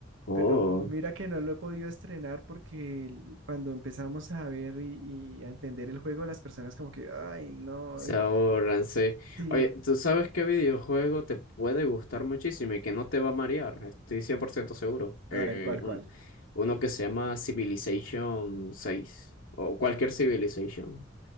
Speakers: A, on the left; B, on the right.
A: Oh.
B: pero mira que no lo he podido estrenar porque el- cuando empezamos a ver y, y a entender el juego, las personas como que, ay, no,
A: Se
B: eh,
A: ahorran, sí.
B: sí.
A: Oye, ¿tú sabes qué videojuego te puede gustar muchísimo y que no te va a marear? Estoy 100% seguro. Eh,
B: A ver, ¿cuál,
A: un-
B: cuál?
A: uno que se llama Civilization seis o cualquier Civilization.